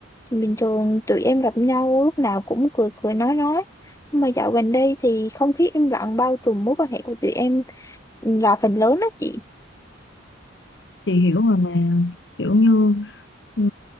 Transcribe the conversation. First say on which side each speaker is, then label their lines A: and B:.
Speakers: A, on the left; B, on the left.
A: bình thường tụi em gặp nhau lúc nào cũng cười cười nói nói nhưng mà dạo gần đây thì không khí im lặng bao trùm mối quan hệ của tụi em là phần lớn đó chị
B: chị hiểu rồi nè kiểu như ừ,